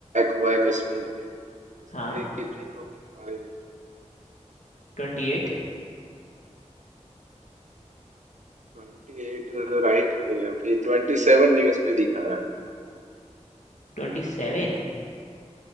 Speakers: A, on the right; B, on the left.
A: हुआ है कश्मीर पे उस
B: हाँ
A: पे कितने टोटल मारे गए
B: ट्वेंटी एट
A: ट्वेंटी राइट है या फिर ट्वेंटी सेवन न्यूज पे दिखा रहा है
B: Twenty seven